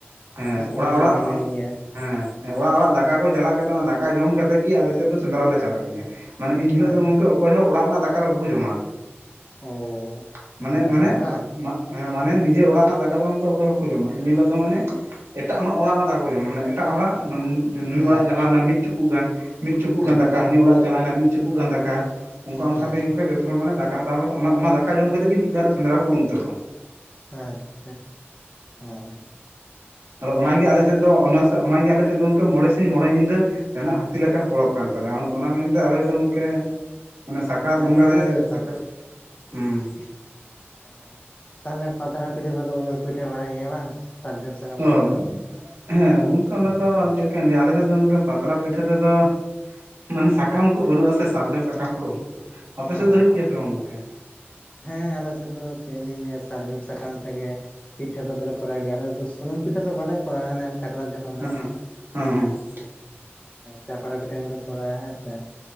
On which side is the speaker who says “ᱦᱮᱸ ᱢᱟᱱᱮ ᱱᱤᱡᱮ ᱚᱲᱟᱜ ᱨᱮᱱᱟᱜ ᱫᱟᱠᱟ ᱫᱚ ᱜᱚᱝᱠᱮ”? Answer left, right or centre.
Right